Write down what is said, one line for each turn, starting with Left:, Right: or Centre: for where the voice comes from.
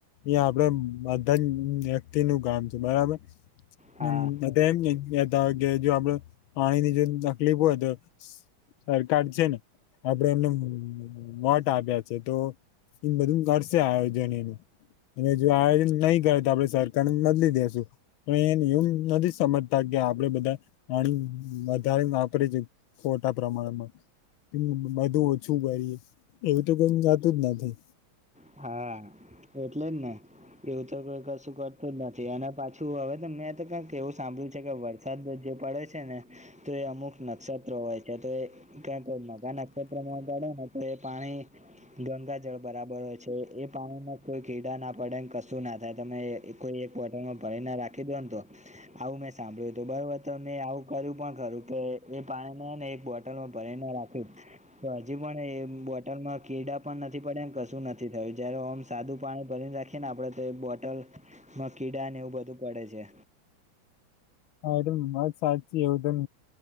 Left: એ આપડે બધા જ વ્યક્તિ નું કામ છે બરાબર.
Centre: હા
Left: નેમ તો એમતા હો કે જો આપડ પાણી ની જો તકલીફ હોય તો સરકાર છે ને આપડે એમને વોટ આપ્યા છે તો એ બધું કરશે આયોજન એનું. અને જો આયોજન નહી કરે તો આપડે સરકારને બદલી દેસું પણ એની એમ નથી સમજતા કે આપડે બધા પાણી વધારે વાપરી છે ખોટા પ્રમાણમાં. તેનું બધું ઓછું કરીએ એવું તો જાતું જ નથી.
Centre: હા, એટલેજ ને. એવું તોઈ કશું કરતું જ નથી અને પાછું હવે તો મેં તો કક એવું સાંભળ્યું છે કે વર સાત જે પડે છે ને તો એ અમુક નક્ષત્રો હોય છે તો કે કો મગા નક્ષત્રમાં કાડે ને તો એ પાણી ગંગા જળ બરાબર હોય છે. તો એ પાણીમાં કોઈ કીડા ના પડેને કશું ના થાય તમે કોઈ એક બોટલ માં ભરી ના રાખી દો ને તો. આવું મેં સાંભળ્યું હતું બરોબર તો મેં આવું કર્યું પણ ખરું કે એ પાણી ને એક બોટ લમાં ભરી ના રાખ્યું તો હજી પણ એ બોટલમાં કીડા પણ નથી પડ્યા કશું ન થી થઈ જયારે ઓમ સાદું પાણી ભરીને રાખ ખે ને ને આપડે તો બોટલમાં કીડા ને એવું બધું પડે છે.
Left: હા એટ મત સાચચી એવું